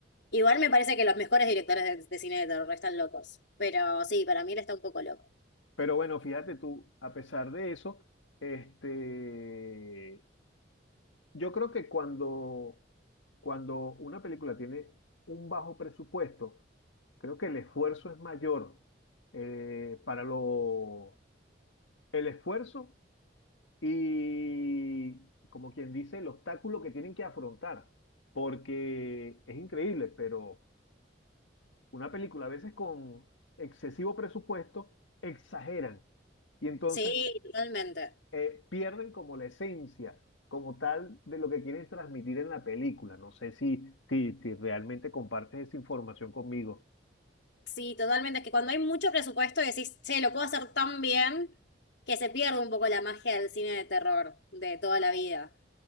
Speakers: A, on the left; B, on the left.
A: Igual me parece que los mejores directores de, de cine de terror están locos, pero sí, para mí él está un poco loco.
B: Pero bueno, fíjate tú, a pesar de eso, este, yo creo que cuando, cuando una película tiene un bajo presupuesto, creo que el esfuerzo es mayor eh, para lo, el esfuerzo y, como quien dice, el obstáculo que tienen que afrontar, porque es increíble, pero una película a veces con excesivo presupuesto exageran. Y entonces
A: Sí, totalmente.
B: eh, pierden como la esencia, como tal, de lo que quieren transmitir en la película. No sé si, si, si realmente compartes esa información conmigo.
A: Sí, totalmente. Es que cuando hay mucho presupuesto decís, che, lo puedo hacer tan bien que se pierde un poco la magia del cine de terror de toda la vida.